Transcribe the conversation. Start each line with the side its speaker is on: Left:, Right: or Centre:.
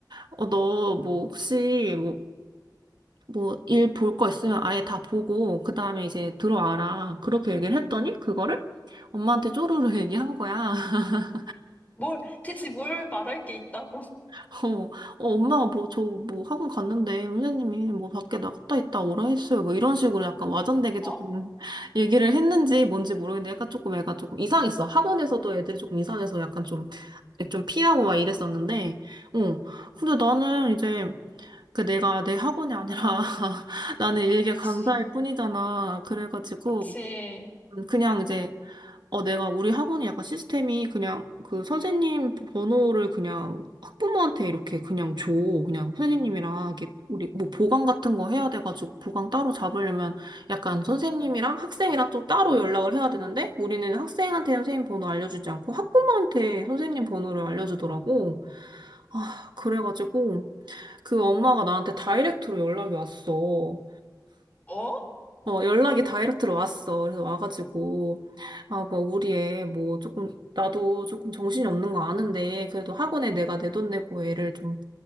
Right: 어, 너 뭐 혹시 뭐 뭐 일 볼 거 있으면 아예 다 보고 그 다음에 이제 들어와라. 그렇게 얘기를 했더니 그거를 엄마한테 쪼르르 얘기한 거야. <laughs>
Left: 뭘, 대체 뭘 말할 게 있다고. <laughs>
Right: <laughs> 어, 어, 엄마가 뭐, 저, 뭐, 학원 갔는데, 선생님이 뭐, 밖에 나갔다 있다 오라 했어요. 뭐, 이런 식으로 약간 와전되게
Left: 어?
Right: 조금 <laughs> 얘기를 했는지 뭔지 모르겠는데, 약간 조금 애가 조금 이상했어. 학원에서도 애들이 조금 이상해서 약간 좀, 좀 피하고 막 이랬었는데, 어. 근데 나는 이제, 그 내가 내 학원이 아니라, <laughs> 나는 일개
Left: 그치,
Right: 강사일 뿐이잖아. 그래가지고,
Left: 그치.
Right: 그냥 이제, 어, 내가 우리 학원이 약간 시스템이 그냥 그 선생님 번호를 그냥 학부모한테 이렇게 그냥 줘. 그냥 선생님이랑 이렇게 우리 뭐 보강 같은 거 해야 돼가지고 보강 따로 잡으려면 약간 선생님이랑 학생이랑 또 따로 연락을 해야 되는데 우리는 학생한테 선생님 번호 알려주지 않고 학부모한테 선생님 번호를 알려주더라고. 아, 그래가지고 그 엄마가 나한테 다이렉트로 연락이 왔어.
Left: 어?
Right: 어, 연락이 다이렉트로 왔어. 그래서 와가지고, 아, 뭐, 우리 애, 뭐, 조금, 나도 조금 정신이 없는 거 아는데, 그래도 학원에 내가 내 돈 내고 애를 좀